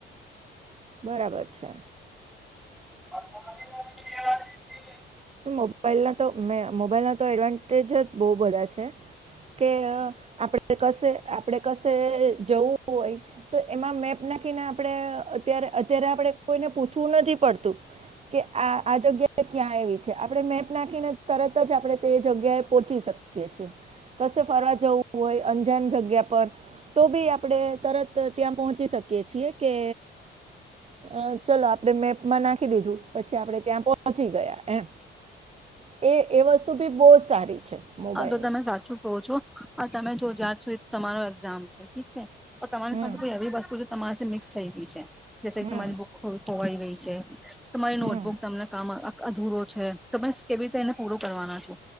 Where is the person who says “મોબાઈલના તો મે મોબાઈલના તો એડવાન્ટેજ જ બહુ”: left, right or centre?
Right